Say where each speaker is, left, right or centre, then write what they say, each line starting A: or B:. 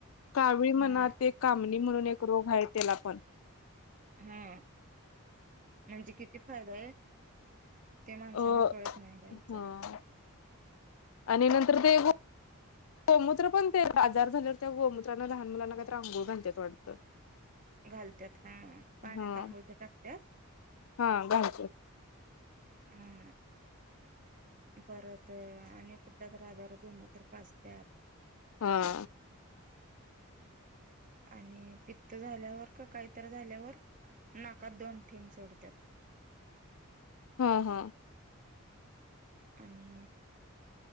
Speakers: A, on the left; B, on the right.
A: कावळी म्हणा,
B: हा
A: ते कामणी म्हणून एक रोग आहे त्याला पण.
B: हा. म्हणजे किती? फायदाये. ते माणसांना
A: अ
B: कळत नाही रायचा.
A: हा आणि नंतर ते गोमूत्र पण ते आजार झालेवर, त्या गोमूत्रानं लहान मुलांना काही तर अंघोळ घालत्यात वाटतं.
B: घालत्यात ह. पाण्यात
A: हा
B: आघोळीच्या टाकतात.
A: हा घालत्यात
B: हा. परत आणि कुठल्याच आजारावर गोमुत्र पाचत्यात.
A: हा.
B: आणि पित्त झाल्यावर का, काहीतरी झाल्यावर. नाकात दोन थेंब सोडतात.
A: ह ह.
B: आणि